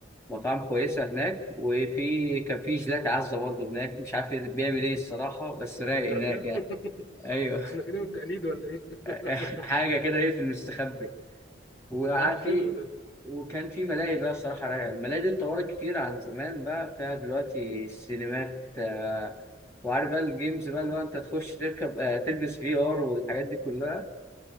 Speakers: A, on the left (about 15°); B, on the left (about 90°).
A: مطاعم كويسه هناك وفي كان في جيلاتي عزه برضه هناك مش عارف بيعمل ايه الصراحه بس رايق
B: هلا
A: هناك يعني
B: <laughs>
A: ايوه
B: إحنا فينا من التقليد ولا إيه؟
A: <laughs>
B: <laughs>
A: حاجه كده ايه في المستخبي وقعد
B: آه حلو
A: في
B: ده
A: وكان في ملاهي بقى الصراحة رايقة الملاهي دي اتطورت كتير عن زمان بقى فيها دلوقتي سينمات آه، وعارف بقى الجيمز بقى اللي هو انت تخش تركب آه، تلبس في ار والحاجات دي كلها